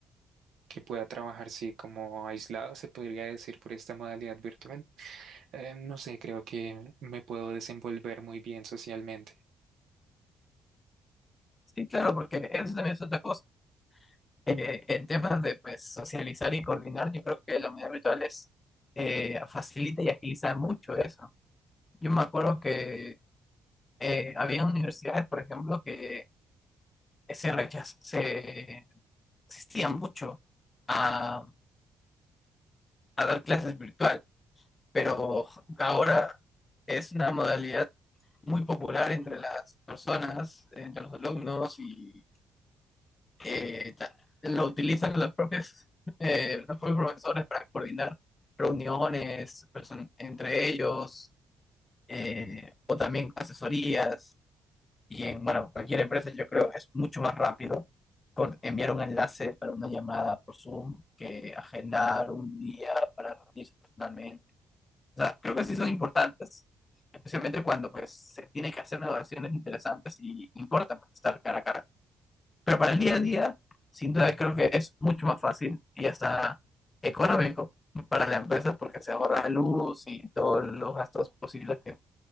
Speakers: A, on the right; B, on the left.
A: que pueda trabajar, sí, como aislado, se podría decir por esta modalidad virtual, eh, no sé, creo que me puedo desenvolver muy bien socialmente.
B: Sí, claro, porque eso también es otra cosa. Eh, en temas de pues, socializar y coordinar, yo creo que la medida virtual es, eh, facilita y agiliza mucho eso. Yo me acuerdo que eh, había universidades, por ejemplo, que se rechaz- se resistían mucho a, a dar clases virtual, pero ahora es una modalidad muy popular entre las personas, entre los alumnos y eh, ta- lo utilizan los propios, eh, los propios profesores para coordinar reuniones person- entre ellos eh, o también asesorías. Y en bueno, cualquier empresa yo creo que es mucho más rápido por enviar un enlace para una llamada por Zoom que agendar un día para reunirse personalmente. O sea, creo que sí son importantes, especialmente cuando pues se tiene que hacer negociaciones interesantes y importa pues, estar cara a cara. Pero para el día a día, sin duda creo que es mucho más fácil y hasta económico para la empresa porque se ahorra luz y todos los gastos posibles que